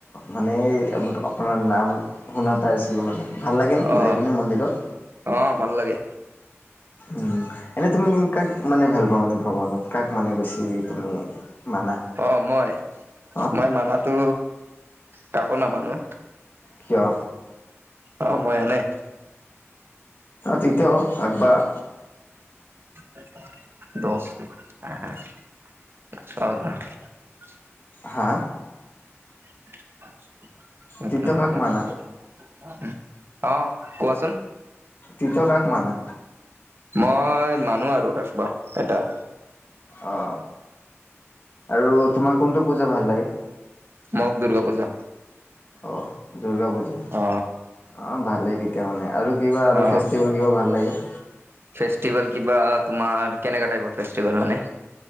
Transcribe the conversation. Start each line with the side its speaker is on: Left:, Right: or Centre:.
Left: মানে আপোনাৰ নাম শুনা পাই আছিলোঁ মানে, ভাল লাগেনে
Right: অ
Left: যাই পিনি মন্দিৰত?
Right: অ, ভাল লাগে।
Left: উম, এনে তুমি কাক মানে ভাল পোৱা মানে ভগৱানত? কাক মানে বেছি? তুমি মানা
Right: অ, মই!
Left: অ
Right: মই মানাতো কাকো নামানো।
Left: কিয়?
Right: অ, মই এনে।
Left: তেতিয়াও <unintelligible>
Right: <unintelligible>
Left: হা!
Right: <unintelligible>
Left: তিথ কাক মানা
Right: অ, কোৱাচোন?
Left: <unintelligible> কাক মানা?
Right: মই মানো আৰু কাৰোবা এটা।
Left: অ, আৰু তোমাৰ কোনটো পূজা ভাল লাগে?
Right: মগ দুৰ্গা পূজা
Left: অ দুৰ্গা পূজা
Right: অ
Left: অ ভালেই তেতিয়া মানে আৰু কিবা আৰু
Right: অ
Left: ফেষ্টিভেল কিবা ভাল লাগে
Right: ফেষ্টিভেল কিবা তোমাৰ কেনেকা টাইপৰ ফেষ্টিভেল মানে